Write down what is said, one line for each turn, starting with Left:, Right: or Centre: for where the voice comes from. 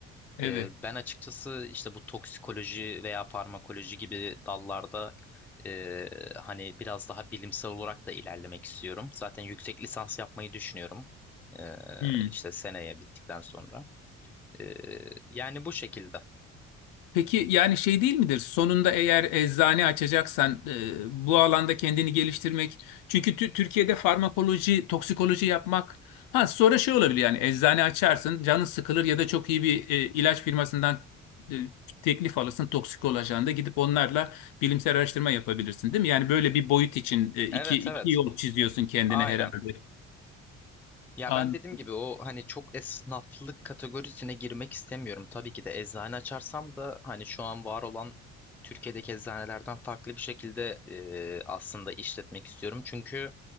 Left: evet.
Centre: Ee, ben açıkçası işte bu toksikoloji veya farmakoloji gibi dallarda e, hani biraz daha bilimsel olarak da ilerlemek istiyorum. Zaten yüksek lisans yapmayı düşünüyorum. Ee,
Left: Hmm.
Centre: işte seneye bittikten sonra. Ee, yani bu şekilde.
Left: Peki yani şey değil midir? Sonunda eğer eczane açacaksan e, bu alanda kendini geliştirmek. Çünkü tü- Türkiye'de farmakoloji, toksikoloji yapmak. Ha sonra şey olabilir yani eczane açarsın, canın sıkılır ya da çok iyi bir e, ilaç firmasından e, teklif alırsın toksikoloji ajanında gidip onlarla bilimsel araştırma yapabilirsin değil mi? Yani böyle bir boyut için e, iki,
Centre: Evet
Left: iki
Centre: evet.
Left: yol çiziyorsun kendine
Centre: Aynen.
Left: herhalde.
Centre: Ya
Left: An,
Centre: ben dediğim gibi o hani çok esnaflık kategorisine girmek istemiyorum. Tabii ki de eczane açarsam da hani şu an var olan Türkiye'deki eczanelerden farklı bir şekilde e, aslında işletmek istiyorum. Çünkü